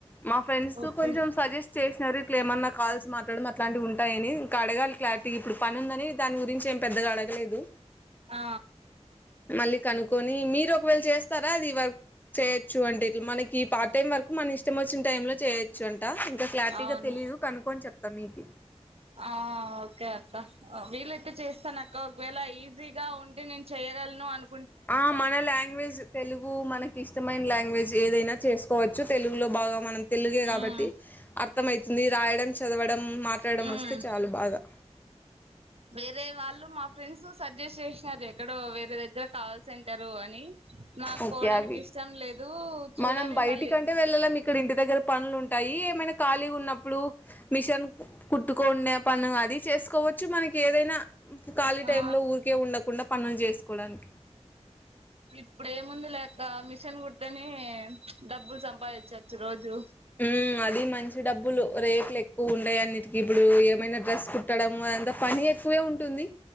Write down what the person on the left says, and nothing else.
మా ఫ్రెండ్స్
కొంచెం సజెస్ట్ చేసినరు ఏమన్నా కాల్స్ మాట్లాడు మ ఇట్లాంటి ఉంటాయని ఇంకా అడగాలి క్లారిటీ ఇప్పుడు పని ఉందని దాని గురించి ఏం పెద్దగా అడగలేదు
మళ్ళీ కనుక్కొని మీరు ఒకవేళ చేస్తారా అది వర్ చేయొచ్చు అంటే ఇట్లా మనకి పార్ట్ టైం వరకు మన ఇష్టం వచ్చిన టైమ్ లో చేయొచ్చు అం ట ఇంకా క్లారిటీగా
తెలీయదు కనుక్కొని చెప్తా మీకు
ఆ మన లాంగ్వేజ్ తెలుగు మనకి ఇష్టం ఇష్టంమైన లాంగ్వేజ్ ఏదైనా చేసుకోవచ్చు తెలుగులో బాగా మనం తెలుగే కాబట్టి
అర్థమై తుంది రాయడం చదవడం వడం మాట్లాడడం
వస్తే చాలు బాగా
ఓకే
అవి
మనం బయటికంటే
వెళ్ళలేము ఇక్కడ ఇంటి దగ్గర పనులుంటాయి ఏమైనా ఖాళీగా ఉన్నప్పుడు మిషన్ కుట్టుకోండ పని అది చేసుకో చ్చు మనకి ఏదైనా ఖాళీ టైంలో
ఊరికే ఉండకుండా పనులు చేసుకోవడానికి
హు అది మంచి డబ్బులు రేట్లు ఎక్కువ ఉంటాయి అన్నిటికి ఇప్పుడు ఏమైనా డ్రెస్ కుట్టడం అంత పని ఎక్కువే ఉంటుంది